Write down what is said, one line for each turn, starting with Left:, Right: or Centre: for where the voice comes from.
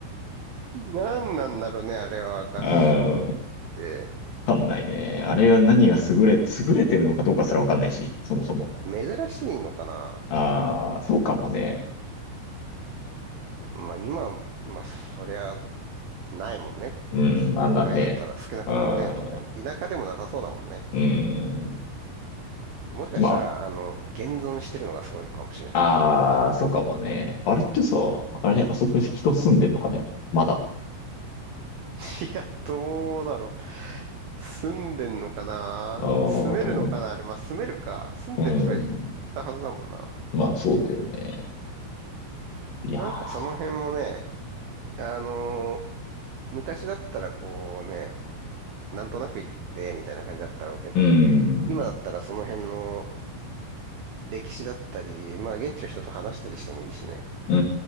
Right: 何なんだろうね、あれは合掌造りって。
Left: うん。わかんないね。あれが何が優れ、優れてるのかどうかすらわかんないし、そもそも。
Right: 珍しいのかな
Left: ああ、そうかもね。
Right: まあ今、まあそりゃないもんね。
Left: うん、あんなんね。
Right: 都会だったら少なくともね、
Left: うん、
Right: 都会。田舎でもなさそうだもんね。
Left: うん。
Right: もしかしたら、
Left: ま
Right: あの、現存してるのがすごいのかもしれない。
Left: あ、ああ、そうかもね。あれってさ、あれ、あそこに人住んでんのかねまだ。
Right: <laughs> いや、どうだろう。住んでんのかな住めるのかなあれ、
Left: ああ、どうなん、
Right: まあ、住めるか。住んでる人はいたはずだもんな。
Left: うん。まあ、そうだよね。いやー、
Right: なんかその辺もね、あのー昔だったらこうね、なんとなく行ってみたいな感じだったろうけど、
Left: うん、
Right: 今だったらその辺の歴史だったり、まあ、現地の人と話したりしてもいいしね、
Left: う